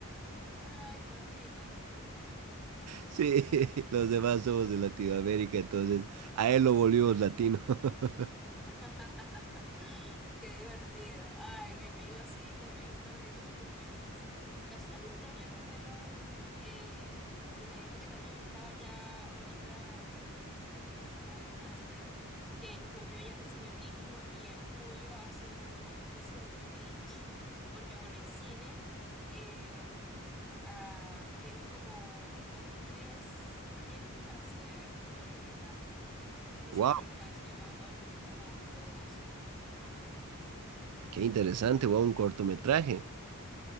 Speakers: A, in the centre; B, on the right (about 85°).
A: Ay, imagínate.
B: Sí, <laughs> los demás somos de Latinoamérica, entonces a él lo volvimos latino. <laughs>
A: <laughs> Qué divertido. Ay, mi amigo sí, también está ahorita súper feliz. Casualmente hablé con él hoy eh, y me dijo que también estaba ya ahorita en, en la última etapa del máster, que en junio ya recibe el título y en julio hace una especie de pitch, porque bueno, en cine eh, ah, tienen como, escogen tres proyectos para hacer un cortometraje. Entonces,
B: Wow,
A: bueno, me estaba explicando también como todo eso.
B: qué interesante, wow, un cortometraje.